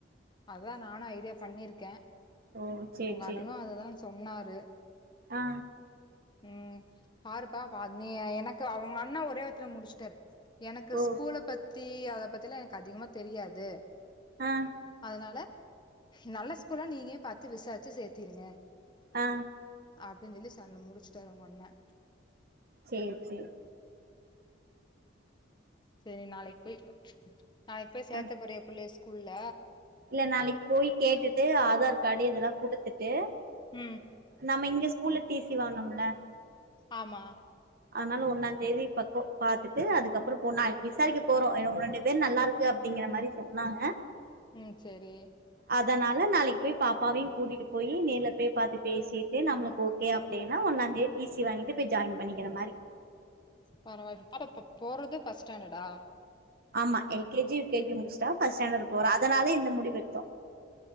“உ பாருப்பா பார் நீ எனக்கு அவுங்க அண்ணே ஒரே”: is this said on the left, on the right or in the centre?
Left